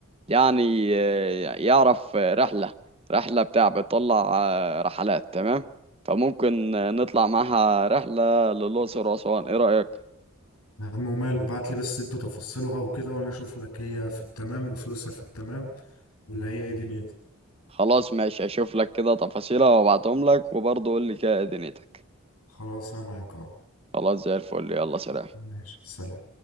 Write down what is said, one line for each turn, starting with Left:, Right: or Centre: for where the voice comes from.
Right: يعني آه، يعرف آه، رحلة رحلة بتاع بتطلع آه، رحلات تمام فممكن آه، نطلع معاها رحلة للأقصر وأسوان إيه رأيك؟
Left: يا عم وماله ابعت لي بس انت تفاصيلها وكده وانا اشوف لك هي في التمام وفلوسها في التمام ولا هي ايه دنيتها
Right: خلاص ماشي اشوف لك كده تفاصيلها وابعتهم لك وبرضه قول لي كده إيه دنيتك
Left: خلاص انا معاك اهو
Right: خلاص زي الفل يلا سلام
Left: ماشي سلام